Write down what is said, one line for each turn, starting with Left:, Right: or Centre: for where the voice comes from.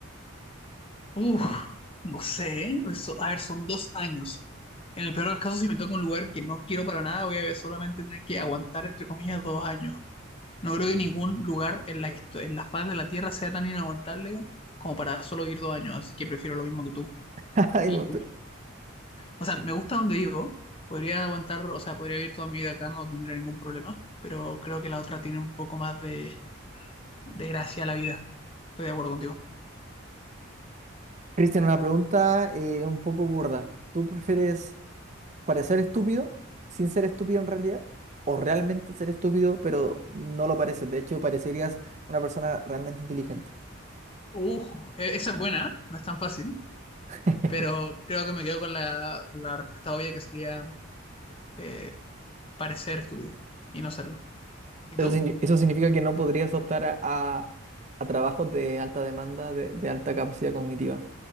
Left: Uf, no sé, ¿eh? Eso- a ver, son dos años. En el peor de los casos, si me toca un lugar que no quiero para nada, voy a solamente tener que aguantar, entre comillas, dos años. No creo que ningún lugar en la, histo- en la faz de la Tierra sea tan inaguantable como para solo vivir dos años, así que prefiero lo mismo que tú.
Right: <laughs> Ay,
Left: Y
Right: me pe-
Left: O sea, me gusta donde vivo. Podría aguantar, o sea, podría vivir toda mi vida acá, no tendría ningún problema. Pero creo que la otra tiene un poco más de, de gracia a la vida. Estoy de acuerdo contigo.
Right: Cristian, una pregunta eh, un poco burda. ¿Tú prefieres parecer estúpido sin ser estúpido en realidad? ¿O realmente ser estúpido pero no lo pareces? De hecho, parecerías una persona realmente inteligente.
Left: Uh, e- esa es buena, ¿eh? no es tan fácil.
Right: <laughs>
Left: Pero creo que me quedo con la, con la respuesta obvia que sería eh, parecer estúpido y no serlo. ¿Y
Right: Eso,
Left: tú?
Right: signi- eso significa que no podrías optar a, a- a trabajos de alta demanda, de, de alta capacidad cognitiva,